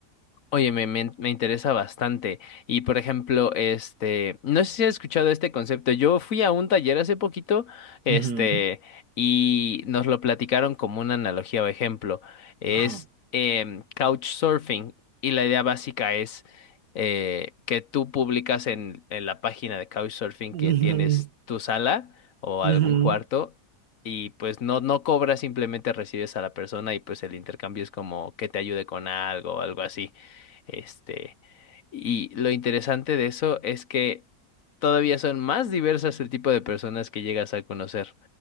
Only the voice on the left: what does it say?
Oye, me, me, me interesa bastante. Y por ejemplo, este, no sé si has escuchado este concepto. Yo fui a un taller hace poquito, este,
y nos lo platicaron como una analogía o ejemplo. Es
em, couchsurfing. Y la idea básica es eh, que tú publicas en, en la página de couchsurfing que
tienes tu sala o
algún cuarto. Y pues no, no cobras, simplemente recibes a la persona y pues el intercambio es como que te ayude con algo o algo así. Este, y lo interesante de eso es que todavía son más diversas el tipo de personas que llegas a conocer.